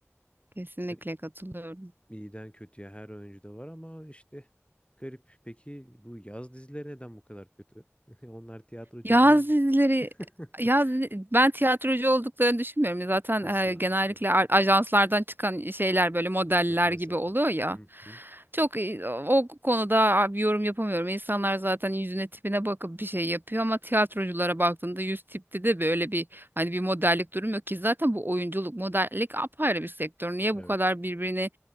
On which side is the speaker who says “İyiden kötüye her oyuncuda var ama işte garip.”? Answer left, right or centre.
Left